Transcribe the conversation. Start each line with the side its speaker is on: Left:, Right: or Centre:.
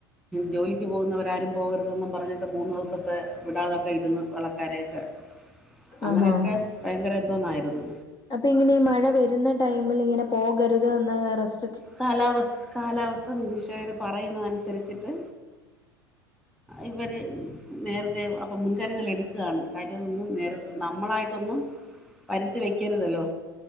Centre: ജോലിക്ക് പോകുന്നവരാരും പോകരുതൊന്നും പറഞ്ഞിട്ട് മൂന്ന് ദിവസത്തെ വിടാതൊക്കെ ഇരുന്നു വള്ളക്കാരെയൊക്കെ അങ്ങനെയൊക്കെ
Left: ആഹാ
Centre: ഭയങ്കര എന്തോന്നായിരുന്നു
Left: അപ്പൊ ഇങ്ങനെ ഈ മഴ വരുന്ന ടൈമിൽ ഇങ്ങനെ പോകരുത് എന്ന് റസ്റ്റ്
Centre: കാലാവസ്ഥ കാലാവസ്ഥ നിരീക്ഷകര് പറയുന്നതനുസരിച്ചിട്ട് ഇവര് നേരത്തെ അപ്പം മുൻകരുതൽ എടുക്കുകയാണ് കാര്യൊന്നും നേ നമ്മളായിട്ടൊന്നും വരുത്തി വെക്കരുതല്ലോ